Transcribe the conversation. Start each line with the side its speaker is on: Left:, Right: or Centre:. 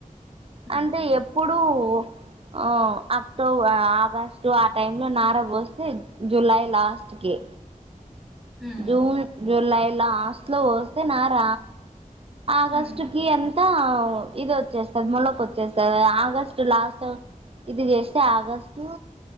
Centre: ఉహు
Right: అంటే ఎప్పుడూ ఆ అక్టోబర్ ఆగస్టు ఆ టైమ్ లో నారా పోస్తే జులై లాస్ట్ ఒకే
Centre: ఉమ్
Right: జూన్, జులై లాస్ట్ లో పోస్తే నార ఆగస్టు
Centre: ఉమ్
Right: కి అంతా ఇది. వస్తుంది. జస్ట్ టర్మ్ లోకి వచ్చేసావే ఆగస్టు లాస్ట్ ఇది చేస్తే August